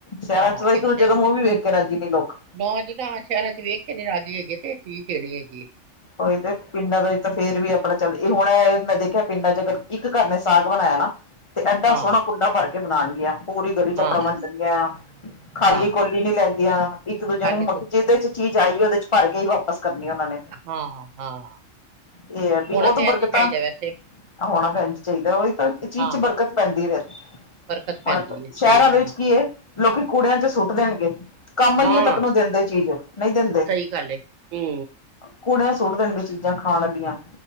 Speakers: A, on the left; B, on the right.
A: ਸ਼ਹਿਰਾਂ
B: ਹਾਂ
A: ਚ ਤਾਂ ਇੱਕ ਦੂਜੇ
B: ਹੈਗੀ
A: ਦਾ ਮੂੰਹ ਵੀ ਵੇਖ ਕੇ ਰਾਜੀ ਨੀ ਲੋਕ
B: ਨਾ ਜੀ ਨਾ ਸ਼ਹਿਰਾਂ ਚ ਵੇਖ ਕੇ ਨੀ ਰਾਜੀ ਹੈਗੇ ਤੇ ਚੀਜ਼ ਦੇਣੀ ਹੈਗੀ ਏ।
A: ਉਹੀ ਤੇ ਪਿੰਡਾਂ ਦਾ ਤਾਂ ਫੇਰ ਵੀ ਆਪਣਾ ਚੱਲ ਇਹ ਹੁਣ ਇਹ ਮੈਂ ਦੇਖਿਆ ਪਿੰਡਾਂ ਚ ਅਗਰ ਇੱਕ ਘਰ ਨੇੇ ਸਾਗ ਬਣਾਇਆ ਨਾ ਤੇ ਐਡਾ
B: ਹਾਂ,
A: ਸੋਹਣਾ ਕੁੰਨਾ ਭਰ ਕੇ ਬਣਾਉਣਗੀਆਂ। ਪੂਰੀ ਗਲੀ ਚ
B: ਹਾਂ,
A: ਆਪਣਾ ਵੰਡਦੀਆ ਖਾਲੀ
B: ਹਾਂ।
A: ਕੋਲੀ ਨੀ ਲੈਂਦੀਆਂ ਇੱਕ ਦੂਜੇ
B: ਖਾਲੀ
A: ਨੂੰ ਮਤਲਬ
B: ਕੋ
A: ਜਿਹਦੇ ਚ ਚੀਜ਼ ਆ ਜਵੇ ਉਹਦੇ ਚ ਭਰ ਕੇ ਹੀ ਵਾਪਸ ਕਰਨੀ ਉਹਨਾਂ ਨੇ
B: ਹਾਂ, ਹਾਂ।
A: ਇਹ ਹੈ ਵੀ
B: ਹੋਣਾ
A: ਉਹ ਤੇ ਬਰਕਤਾਂ
B: ਇੰਝ ਹੀ ਚਾਹੀਦਾ ਵੈਸੇ।
A: ਹੋਣਾ ਭੈਣ ਜੀ ਚਾਹੀਦਾ ਉਹੀ ਤਾਂ ਚੀਜ਼
B: ਹਾਂ।
A: ਚ ਬਰਕਤ ਦਿੱਕਤ ਪੈਂਦੀ ਹੈ ਫਿਰ
B: ਬਰਕਤ ਪੈਂਦੀ
A: ਹੁਣ
B: ਏ,
A: ਸ਼ਹਿਰਾਂ
B: ਸਹੀ ਗੱਲ
A: ਦੇ ਵਿੱਚ
B: ਏ।
A: ਕੀ ਹੈ ਲੋਕੀ ਕੂੜਿਆਂ ਚ ਸੁੱਟ ਦੇਣਗੇ। ਕੰਮ ਵਾਲੀਆਂ
B: ਹਾਂ।
A: ਤੱਕ ਨੂੰ ਦਿੰਦੇ ਚੀਜ਼ ਨਹੀਂ ਦਿੰਦੇ।
B: ਸਹੀ ਗੱਲ ਏ। ਹੂੰ
A: ਕੁੂੜਿਆਂ ਚ ਸੁੱਟ ਦਿੰਦੇ ਚੀਜ਼ਾਂ ਦੀਆਂ।